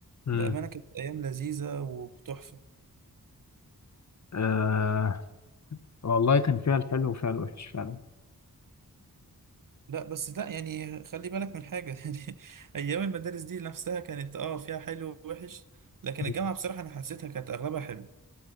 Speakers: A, on the left; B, on the right.
A: مم.
B: بأمانة كانت أيام لذيذة وتحفة
A: آه والله كان فيها الحلو وفيها الوحش فعلا
B: لا بس لا يعني خلي بالك من حاجة <laughs> يعني أيام المدارس دي نفسها كانت اه فيها حلو ووحش لكن
A: مم.
B: الجامعة بصراحة أنا حسيتها كانت أغلبها حلو